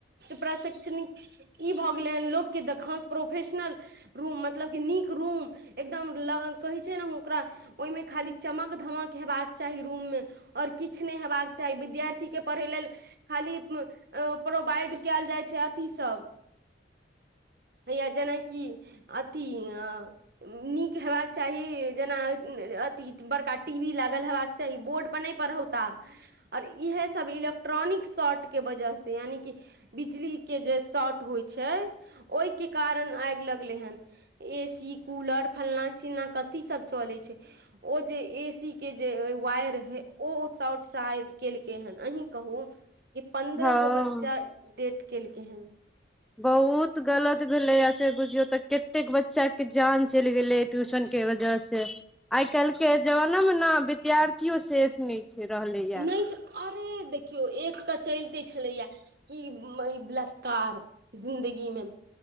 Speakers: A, on the right (about 55°); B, in the centre.
A: प्रशिक्षणिक ई भऽ गेलै हन लोक के देखा प्रोफेशनल रूम मतलब क नीक रूम एकदम ल कहै छै ने ओकरा ओहिमे खाली चमक धमक हेबाक चाही रूम मे ओर किछु नहि हेबाक चाही विद्यार्थी के पढ़य लेल खाली अ प्रोवाइड कैल जाइ छै अथी सब हैया जेनाकि अथी अ नीक हेबाक चाही जेना अथि बड़का टी वी लागल हेबाकी बोर्ड पर नहि पढ़ौता और इएहे सब इलेक्ट्रॉनिक शॉर्ट के वजह से से यानि बिजली के जे शर्ट होइ छै ओहि के कारण आगि लगलै हन ए सी कूलर फल्ना चिलना कथी सब चलैत छै ओ जे ए सी के जे वायर है ओ शॉट शायद केलकै हेन अहीं कहू जे पन्द्रह
B: हँ
A: गो बच्चा डेट केलकै हेन
B: बहुत गलत भेलैय बुझियौ तऽ कतेक बच्चा के जान चलि गेले ट्यूशन के वजह से आइ कल् के जमाना मे ने विद्यार्थियो सेफ नइ रहले
A: नहि अरे देखियौ एक तऽ चलिते छलैया कि बलातकार जिन्दगी मे